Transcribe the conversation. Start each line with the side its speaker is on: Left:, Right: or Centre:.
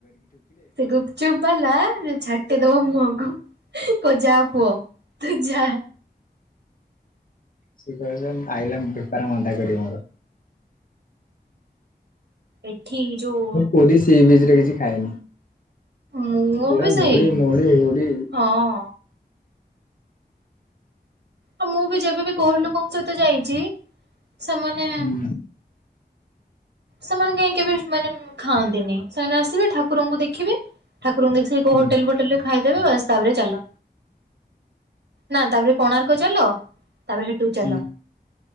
Right: ସେ ଗୁପଚୁପ୍ ବାଲା ରେ ଛାଟିଦବ ମୁହଁକୁ। କହିବ ଯା ପୁଅ ତୁ ଯା।
Left: ସେ କହିବ ସ-ଆଇଲା ବେପାର ମାନ୍ଦା କରିବ ମୋର।
Right: ଏଠି ଯୋଉ
Left: ମୁଁ ପୁରୀ ସିବିଚ୍ ରେ କିଛି ଖାଏନି।
Right: ମୁଁ
Left: ପୁରା
Right: ବି ସେଇ
Left: ଧୂଳି ମୂଳି ଉଡି।
Right: ହଁ। ଆଉ ମୁଁ ବି ଯେବେବି ଘର ଲୋକଙ୍କ ସହିତ ଯାଇଚି ସେମାନେ
Left: ହୁଁ
Right: ସେମାନେ କାହିଁକି କେବେ ମାନେ ଖାଆନ୍ତିନି। ସେମାନେ ଆସିବେ ଠାକୁରଙ୍କୁ ଦେଖିବେ ଠାକୁରଙ୍କୁ ଦେଖି ସାରି କୋଉ
Left: ହୁଁ
Right: ହୋଟେଲ ଫୋଟେଲ ରେ ଖାଇଦେବେ ବାସ୍ ତାପରେ ଚାଲ। ନା ତାପରେ କୋଣାର୍କ ଚାଲ। ତାପରେ ହେଠୁ ଚାଲ
Left: ନା